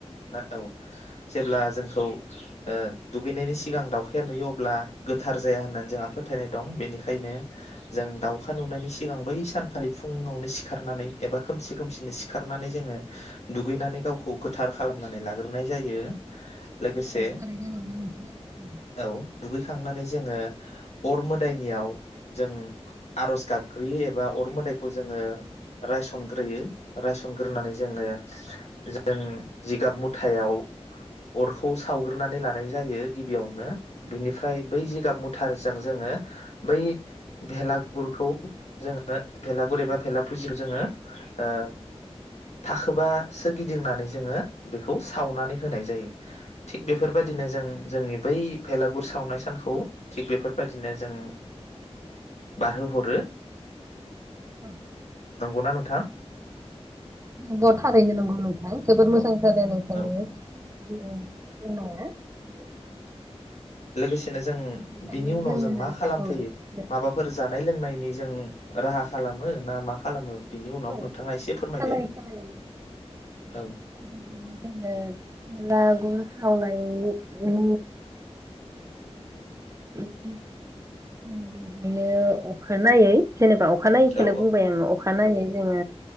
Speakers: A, on the left; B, on the right.
A: <unintelligible> औ जेब्ला जों औ ओ दुगैनायनि सिगां दावखाया नुयो अब्ला गोथार जाया होननानै जोंहा फोथायनाय दं बेनिखायनो जों दाउखा नुनायनि सि गां बै सानखालि फुङावनो सिखारनानै एबा खोमसि खोमसिनो सिखारनानै जोङो दुगैनानै गावखौ थार खालामनानै लाग्रोनाय जायो। लोगोसे
B: औ थारैनो नंगौ नोंथां
A: औ दुगैखांनानै जोङो अर मोदायनियाव जों आर'ज गाबग्रोयो एबा अर मोदाइखौ जोङो रायसनग्रोयो रायसनग्रोनानै जोङो जों जिगाब मुथायाव अरखौ खौ सावग्रोनानै लानाय जायो। गिबियावनो बिनि फ्राय बै जिगाब मुथारजों जोङो बै भेलागुरखौ जोङो भेलागुर एबा भेला फुजिखौ जोङो ओ थाखोबा सोरगिदिंनानै जोङो बेखौ सावनानै होनाय जायो थिग बेफोरबायदिनो जों जोंनि बै भेला गुर सावनाय सानखौ थिग बेफोरबायदिनो जों बारहोहरो
B: औ
A: नंगौना नोंथां?
B: नंगौ थारैनो नंगौ नों अ जोबोर मोजां
A: औ
B: जादो नोंथांनिया
A: औ
B: अम <unintelligible>
A: लोगो जों
B: बेहायनो
A: बिनि उनाव
B: जोंना
A: जों मा खालाम
B: औ
A: फैयो
B: जोङो
A: माबाफोर जा नाय लोंनायनि जों राहा खालामो ना मा खालामो बिनि उनाव
B: औ
A: नोंथाङा एसे फोरमायदो
B: खालायो-खालायो बिदिनो
A: औ
B: जोङो भेला गुर सावनायनि अम <unintelligible> अम बेखायनो अखानायै जेनेबा अ अखानायैखौनो
A: औ
B: बुंबाय आङो अ अखानायै जोङो